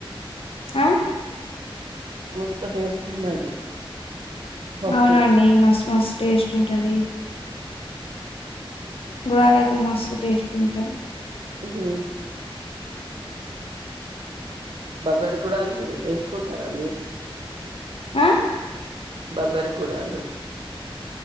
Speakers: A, on the left; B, on the right.
A: ఆ
B: మస్త టేస్ట్ ఉన్నది పప్పు
A: అవునండి మస్తు మస్తు టేస్ట్ ఉంటది గుడాల అయితే మస్తు టేస్ట్ ఉంటాయి
B: ఉమ్మ్ బబ్బరగుడాల్ వేసుకుంటారా మీరు
A: ఆ
B: బబ్బెరగుడాలు